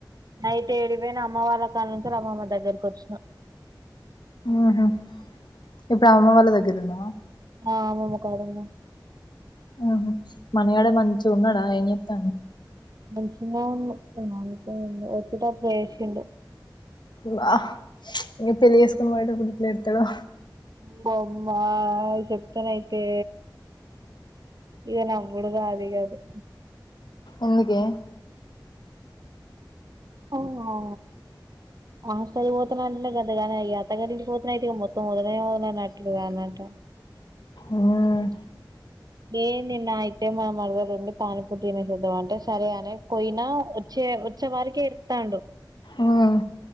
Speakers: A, on the right; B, on the left.
A: నైట్ ఏడికి పోయిన? అమ్మ వాళ్ళ కానున్చెల్ అమ్మమ్మ దగ్గరకొచ్చిన.
B: ఉ హు ఇప్పుడు అమ్మమ్మ వాళ్ళ దగ్గ <unintelligible>
A: ఆ అమ్మమ్మ కాడున్నా.
B: ఆ హ మనిగాడు మంచిగున్నడా? ఏం జెత్తాండు?
A: మంచిన్నే వుండు వానికేమైంది, వచ్చేటప్పుడు ఎడ్షిండు.
B: భా ఇగ పెళ్ళి జేస్కొని పోయేటప్పుడు ఎట్లేడ్తడో?
A: బొమ్మా చెప్తెనయితే, ఇక నవ్వుడు గాదిగ అది.
B: ఎందుకే?
A: వామ్మో హాస్టల్ పోతనంటనే గంతగనం, ఇగ అత్త గారింటికి పోతనైతే ఇగ మొత్తం వదలనే వదల్ లనట్లుగా <unintelligible>
B: ఉమ్
A: ఏం తిన్న, అయితే మా మరదలుండి పానీపూరి తినేసోద్ధం అంటే సరే అని పోయినా, వచ్చే వచ్చే వారికి ఎడుత్తాండు.
B: ఉమ్